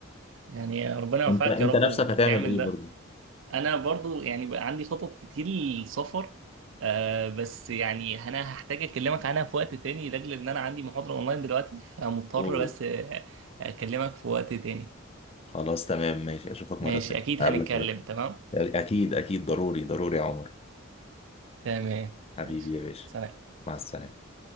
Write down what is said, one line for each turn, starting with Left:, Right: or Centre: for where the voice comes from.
Right: يعني ربنا يوفقك
Left: انت انت
Right: يا رب
Left: نفسك
Right: وتعمل
Left: هتعمل ايه
Right: ده
Left: برضه
Right: انا برضو يعني بقى عندي خطط كتير للسفر آه بس يعني انا هحتاج اكلمك عنها في وقت تاني لاجل ان انا عندي محاضرة اونلاين دلوقتي فمضطر
Left: اوه
Right: بس آه، اكلمك في وقت تاني
Left: خلاص تمام ماشي اشوفك مرة
Right: ماشي
Left: تانية
Right: اكيد
Left: اقابلك
Right: هنتكلم
Left: مرة
Right: تمام
Left: تانية اكيد اكيد ضروري ضروري يا عمر
Right: تمام
Left: حبيبي
Right: ماشي
Left: يا باشا
Right: سلام
Left: مع السلامة